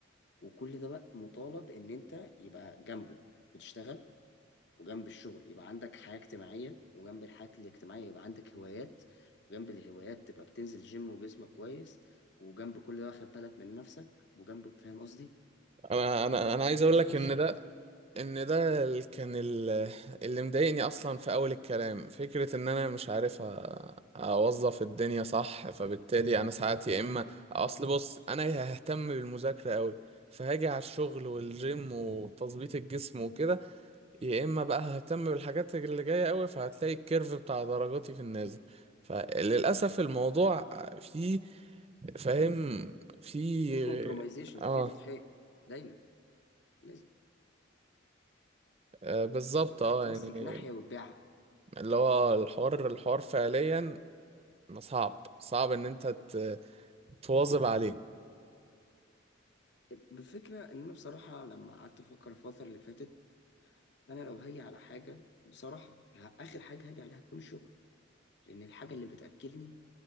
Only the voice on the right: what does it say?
انا انا انا عايز
اقول لك
ان ده ان ده ال- كان ال- اللي مضايقني اصلا في اول الكلام فكرة ان انا مش عارف أ- اوظف الدنيا صح فبالتالي انا ساعات يا اما اصل بص انا ههتم بالمذاكرة قوي فهاجي على الشغل والجيم وتظبيط الجسم وكده يا اما بقى ههتم بالحاجات اللي جاية قوي فهتلاقي الكيرف بتاع درجاتي في النازل فللاسف الموضوع فيه فاهم فيه
اه
آه، بالظبط
اه
يعني
اللي هو آه، الحوار الحوار فعليا ما صعب صعب ان انت ت- تواظب عليه